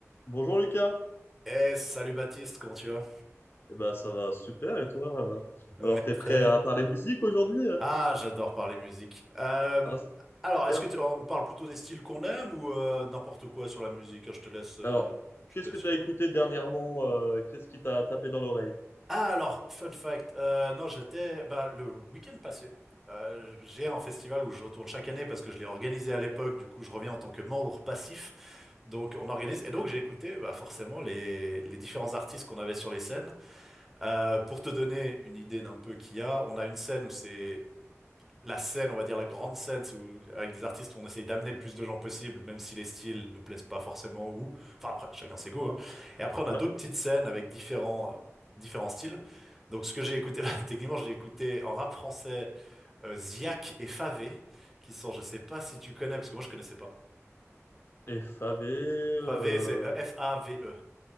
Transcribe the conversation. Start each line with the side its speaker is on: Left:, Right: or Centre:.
Left: Bonjour Lucas.
Centre: Eh, salut Baptiste, comment tu vas?
Left: Eh ben, ça va super et toi? euh
Centre: Mais
Left: Alors t'es
Centre: très
Left: prêt
Centre: bien.
Left: à parler musique aujourd'hui?
Centre: Ah, j'adore parler musique. Euh,
Left: Ah, c'est
Centre: alors, est-ce
Left: super.
Centre: que tu- on parle plutôt des styles qu'on aime ou euh, n'importe quoi sur la musique? Ah, Je te laisse, euh,
Left: Alors,
Centre: je
Left: qu'est-ce
Centre: te laisse.
Left: que t'as
Centre: filer.
Left: écouté dernièrement? euh, qu'est-ce qui t'a tapé dans l'oreille?
Centre: Ah, alors, fun fact. Euh, non, j'étais bah, le week-end passé. euh, j'ai un festival où je retourne chaque année parce que je l'ai organisé à l'époque. Du coup, je reviens en tant que membre passif. Donc, on organise. Et donc, j'ai écouté bah, forcément les, les différents artistes qu'on avait sur les scènes. Euh, pour te donner une idée d'un peu qu'il y a, on a une scène où c'est la scène, on va dire la grande scène, c'est où, avec des artistes où on essaye d'amener le plus de gens possible, même si les styles nous plaisent pas forcément, ou, enfin après, chacun ses goûts, hein. Et après, on a
Left: Ouais.
Centre: d'autres petites scènes avec différents, euh, différents styles. Donc, ce que j'ai écouté, <laughs> bah, techniquement, j'ai écouté en rap français, euh, Ziak et Favé, qui sont, je sais pas si tu connais, parce que moi, je connaissais pas.
Left: FAV.
Centre: Favé,
Left: euh,
Centre: c'est E-F-A-V-E.